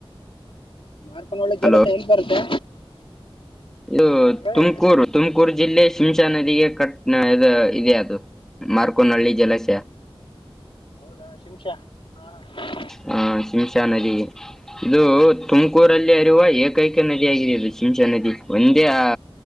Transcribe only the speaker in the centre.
ಹಲೋ
ಇದು
ತುಮಕೂರು ತುಮಕೂ. ತುಮಕೂರು ಜಿಲ್ಲೆಶಿಂ್ಶಾ ನದಿಗೆ ಕಟ್ ಇದೆ ಅದು ಮಾರ್ಕೋನಹಳ್ಳಿ ಜಲಾಶಯ.
ಹಹ ಶಂಶಾ ನದಿ ಇದು ತುಮಕೂರಲ್ಲಿ ಅರಿವ ಏಕೈಕ ನದಿಿಯಾಗಿದೆ ಇದು ಶಿಂಶಾ ನದಿ ಒಂದೇ ಆ